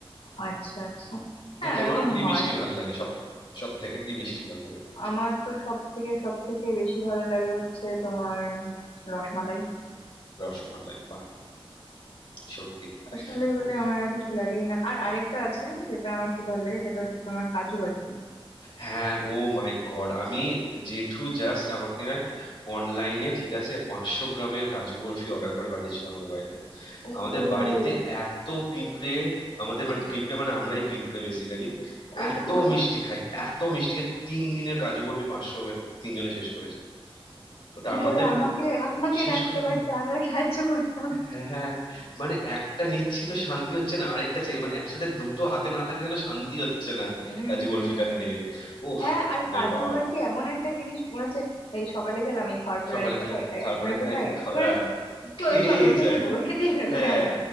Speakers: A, on the left; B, on the left.
A: আচ্ছা আচ্ছা হ্যাঁ
B: তো তোমার
A: এরকম
B: কি
A: হয়
B: মিষ্টি ভাল লাগে সব সব থেকে কি মিষ্টি ভাল লাগে
A: আমার তো সব থেকে সব থেকে বেশি ভালো লাগে হচ্ছে তোমার রসমালাই
B: রসমালাই বাহ সত্যি
A: রসমালাই হলে
B: ওহ,
A: আমার আর কিছু লাগেই না আর আরেকটা আছে যেটা আমার খুব ভালো লাগে সেটা হচ্ছে তোমার কাজু বরফি
B: হ্যাঁ ও মাই গড আমি জেঠু জাস্ট আমাকে অনলাইনে ঠিক আছে পাঁচশো গ্রামের কাজু বরফি অর্ডার করে পাঠিয়েছিল আমাদের বাড়িতে
A: ও
B: আমাদের বাড়িতে এত পিঁপড়ে আমাদের মানে পিঁপড়ে মানে আমরাই পিঁপড়ে বেসিক্যালি
A: ও
B: এত মিষ্টি খাই এত মিষ্টি খাই তিন দিনে কাজু বরফি পাঁচশো তিনজনে শেষ করেছি তো
A: কি
B: তার
A: করে
B: মধ্যে
A: আমাকে আমাকে
B: শেষ
A: ডাকতে
B: করে দিই
A: পারতে আমিও সাহায্য করতাম
B: হ্যাঁ হ্যাঁ, মানে একটা নিচ্ছি তো শান্তি হচ্ছে না আরেকটা চাই মানে একসাথে দুটো হাতে না থাকলে যেন শান্তি হচ্ছে না
A: উম
B: কাজু বরফিটা
A: হুম
B: খেয়ে ওফ
A: হ্যাঁ
B: আপনি
A: আর কাজু
B: বাপ
A: বরফি এমন একটা জিনিস মনে হচ্ছে এই সকালে খেলাম এই খাওয়ার পর
B: সকালে
A: আরেকটা
B: খেলাম
A: খাই এ-
B: তারপরে
A: এখন একটু
B: খাই
A: খাই
B: খাওয়া-
A: মানে
B: আহ,
A: চলো
B: খেয়েই
A: চলো খেতেই
B: যায়
A: থাকো খেতেই থাকো
B: হ্যাঁ
A: হ্যাঁ